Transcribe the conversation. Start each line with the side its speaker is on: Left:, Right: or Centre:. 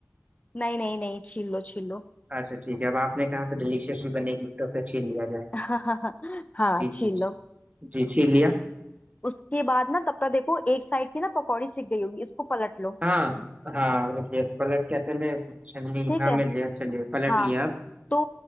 Left: नहीं नहीं नहीं छील लो छील लो
Right: अच्छा ठीक है अब आपने कहा तो डिलीशियस ही बनेगी तो फिर छील लिया जाए
Left: <laughs> हाँ
Right: जी
Left: छील
Right: जी
Left: लो <laughs>
Right: जी छील लिया
Left: उसके बाद ना तब तक देखो एक साइड की ना पकौड़ी सिक गई होगी इसको पलट लो
Right: हाँ हाँ देखिए पलट क्या चले छलनी
Left: ठीक
Right: हाँ
Left: है
Right: मिल गया चलिए पलट
Left: हाँ
Right: लिया अब
Left: तो